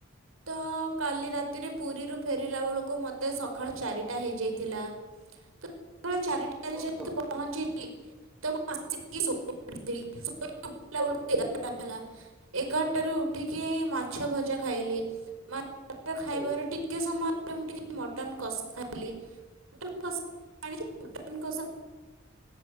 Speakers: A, on the right; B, in the centre.
A: ତ କାଲି ରାତିରେ ପୁରୀରୁ ଫେରିଲା ବେଳକୁ ମୋତେ ସକାଳ ଚାରିଟା ହେଇଯାଇଥିଲା। ତ ଚାରିଟାରେ
B: ଓହୋ
A: ଯେମିତି ପହଞ୍ଚିଲି ତମୁଁ ଆସିକି ସୋଇପଡ଼ି <inaudible> ଥିଲି ଉଠିଲା ବେଳ କୁ
B: ହୁଁ
A: ଏଗାରଟା ହେଲା ଏଗାରଟାରୁ ଉଠିକି ମାଛ ଭଜା ଖାଇଲି ମାଛ ଖାଇବାର
B: ହୁଁ
A: ଟିକେ ସମାୟ ମୁଁ ଟିକେ ମଟନ୍ କଷା ଖାଇଲି ମଟନ କଷା <unintelligible> କଷା